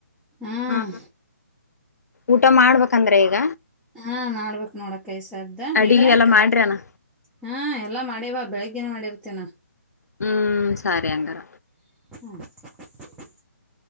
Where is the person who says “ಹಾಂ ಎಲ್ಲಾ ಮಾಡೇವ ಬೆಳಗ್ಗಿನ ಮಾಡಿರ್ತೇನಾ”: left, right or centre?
Centre